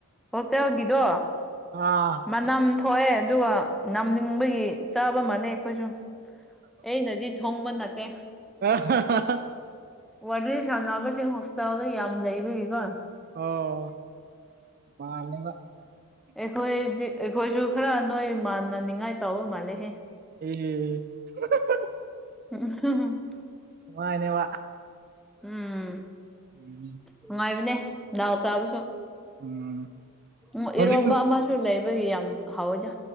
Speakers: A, in the centre; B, on the right.
A: ꯍꯣꯁꯇꯦꯜꯒꯤꯗꯣ
B: ꯑꯥ
A: ꯃꯅꯝ ꯊꯣꯛꯑꯦ ꯑꯗꯨꯒ ꯅꯝꯅꯤꯡꯕꯒꯤ ꯆꯥꯕ ꯃꯥꯜꯂꯦ ꯑꯩꯈꯣꯏꯁꯨ ꯑꯩꯅꯗꯤ ꯊꯣꯡꯕ ꯅꯠꯇꯦ
B: <unintelligible>
A: ꯋꯥꯔꯤ ꯁꯥꯟꯅꯕꯁꯤꯡ ꯍꯣꯁꯇꯦꯜꯗ ꯌꯥꯝ ꯂꯩꯕꯒꯤꯀꯣ
B: ꯑꯣ ꯃꯥꯜꯂꯦꯕ
A: ꯑꯩꯈꯣꯏꯗꯤ ꯑꯩꯈꯣꯏꯁꯨ ꯈꯔ ꯅꯣꯏ ꯃꯥꯟꯅꯅꯤꯡꯉꯥꯏ ꯇꯧꯕ ꯃꯥꯜꯂꯦꯍꯦ
B: ꯑꯦ <unintelligible>
A: <unintelligible>
B: ꯋꯥꯏꯅꯦꯕ
A: ꯎꯝ
B: <inaudible>
A: ꯅꯨꯡꯉꯥꯏꯕꯅꯦ ꯗꯥꯜ ꯆꯥꯕꯁꯨ
B: ꯎꯝ
A: ꯎꯝ
B: ꯍꯧꯖꯤꯛꯁꯨ
A: ꯏꯔꯣꯝꯕ ꯑꯃ ꯂꯩꯕꯒꯤ ꯌꯥꯝ ꯍꯥꯎꯋꯤꯗ